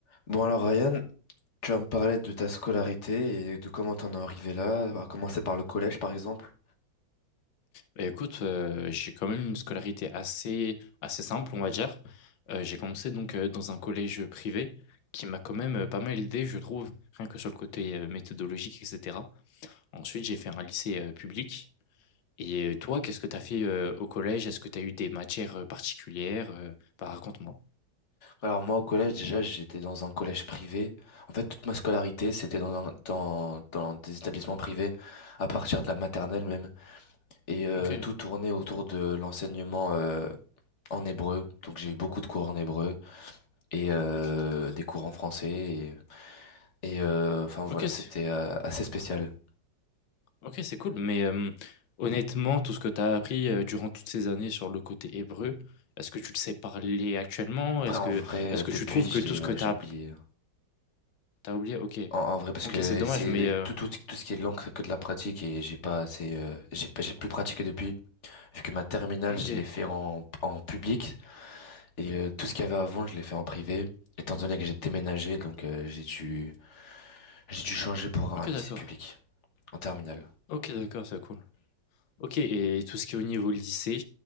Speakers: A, on the left; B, on the left.
A: Bon alors Ryan, tu vas me parler de ta scolarité et de comment t'en es arrivé là, à commencer par le collège par exemple.
B: Bah, écoute, heu, j'ai quand même une scolarité assez assez simple, on va dire. Heu, j'ai commencé donc, heu, dans un collège privé qui m'a quand même, heu, pas mal aidé, je trouve, rien que sur le côté, heu, méthodologique et cetera. Ensuite, j'ai fait un lycée, heu, public et heu, toi, qu'est-ce que tu as fait, heu, au collège? Est-ce que tu as eu des matières, heu, particulières, heu? Bah, raconte-moi.
A: Alors moi au collège déjà j'étais dans un collège privé. En fait toute ma scolarité c'était dans, un- dans, dans des établissements privés à partir de la maternelle même. Et euh,
B: OK.
A: tout tournait autour de l'enseignement euh, en hébreu. Donc j'ai eu beaucoup de cours en hébreu. et euh,
B: OK, d'accord.
A: des cours en français. Et, et, euh, enfin voilà,
B: OK, c'est
A: c'était euh, assez spécial.
B: OK, c'est cool, mais hem, honnêtement, tout ce que tu as appris, heu, durant toutes ces années sur le côté hébreu, est-ce que tu le sais parler actuellement?
A: Après,
B: Est-ce
A: en
B: que
A: vrai,
B: est-ce
A: euh,
B: que
A: depuis,
B: tu trouves
A: je
B: que tout
A: l'ai,
B: ce
A: euh,
B: que tu
A: j'ai
B: as
A: oublié.
B: oublié OK.
A: En, en vrai, parce
B: OK,
A: que
B: c'est dommage,
A: c'est
B: mais heu,
A: tout, tout, tout ce qui est l'encre que de la pratique et j'ai pas assez, euh, j'ai pas- j'ai plus pratiqué depuis. Vu que ma terminale,
B: OK.
A: je l'ai fait en, en public et euh, tout ce qu'il y avait avant, je l'ai fait en privé. Étant donné que j'ai déménagé, donc euh, j'ai dû, j'ai dû changer pour un
B: OK,
A: lycée
B: d'accord.
A: public en terminale.
B: OK, d'accord, c'est cool. OK et tout ce qui est au niveau lycée,